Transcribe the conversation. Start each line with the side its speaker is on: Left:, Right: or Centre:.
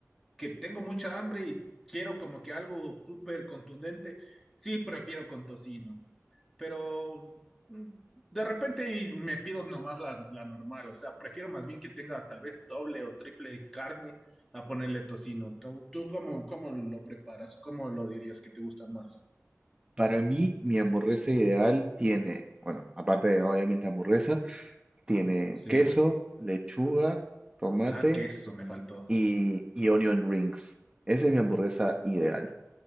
Centre: que tengo mucha hambre y quiero como que algo súper contundente, sí prefiero con tocino pero mm, de repente y me pido nomás la, la normal, o sea, prefiero más bien que tenga tal vez doble o triple carne a ponerle tocino. ¿Tú, tú cómo, cómo lo preparas o cómo lo dirías que te gusta más?
Right: Para mí, mi hamburguesa ideal tiene, bueno, aparte de obviamente hamburguesa, Tiene
Centre: Sí.
Right: queso, lechuga, tomate
Centre: Ah, queso me faltó.
Right: y, y onion rings. Esa es mi hamburguesa ideal.